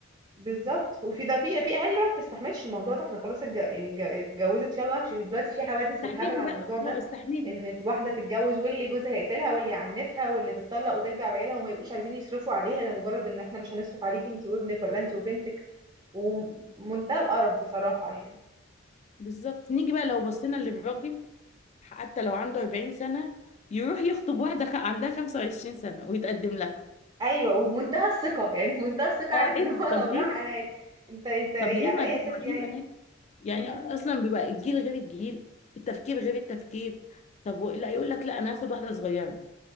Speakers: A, on the right; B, on the left.
A: بالظبط وفي ده في في اهالي بقى ما بتستحملش الموضوع ده احنا خلاص اتج... يعني اتج- اتجوزت يلا امشي دلوقتي في حوادث
B: استحملي
A: بالهبل على
B: بقى
A: الموضوع ده
B: اه استحملي
A: ان واحده تتجوز واللي جوزها يقتلها واللي يعنفها واللي تتطلق وترجع بعيالها وما يبقوش عايزين يصرفوا عليها لمجرد ان احنا مش هنصرف عليكي انت وابنك ولا انت وبنتك ومنتهى القرف بصراحه يعني
B: بالظبط نيجي بقى لو بصينا للراجل حتى لو عنده 40 سنة يروح يخطب واحدة خ- عندها 25 سنة ويتقدم لها
A: ايوه وبمنتهى الثقه يعني بمنتهى الثقه
B: اه
A: عارف
B: ايه
A: ان
B: ده
A: هو لو
B: طب
A: راح
B: ليه
A: انا هت... انت انت ايه
B: طب ليه
A: على
B: ما
A: اي
B: في
A: اساس
B: ما
A: يعني
B: في بنات يعني
A: مم.
B: اصلا بيبقى الجيل غير الجيل التفكير غير التفكير طب و- لا يقول لك لا انا هاخد واحدة صغيرة